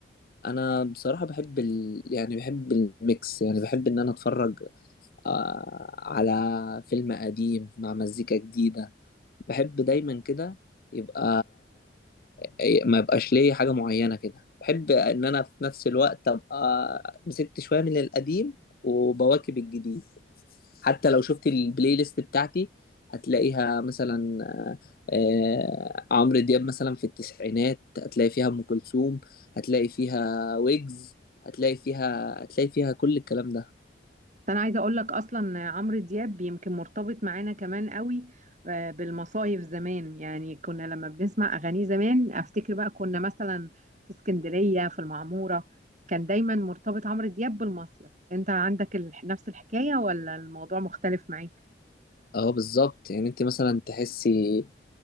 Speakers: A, on the left (about 50°); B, on the right (about 40°).
A: انا بصراحه بحب ال... يعني بحب الميكس يعني بحب ان انا اتفرج آه، على فيلم قديم مع مزيكا جديده بحب دايما كده يبقى إيه، ما يبقاش ليا حاجة معينة كده بحب ان انا في نفس الوقت ابقى مسكت شوية من القديم وبواكب الجديد حتى لو شفت البلاي ليست بتاعتي هتلاقيها مثلا آه، عمرو دياب مثلا في التسعينات هتلاقي فيها ام كلثوم هتلاقي فيها ويجز هتلاقي فيها هتلاقي فيها كل الكلام ده
B: بس أنا عايزة أقول لك أصلا عمرو دياب يمكن مرتبط معانا كمان قوي آه، بالمصايف زمان يعني كنا لما بنسمع أغانيه زمان أفتكر بقى كنا مثلا في اسكندرية في المعمورة كان دايما مرتبط عمرو دياب بالمصيف أنت عندك ال- نفس الحكاية ولا الموضوع مختلف معاك؟
A: اه بالظبط يعني انت مثلا تحسي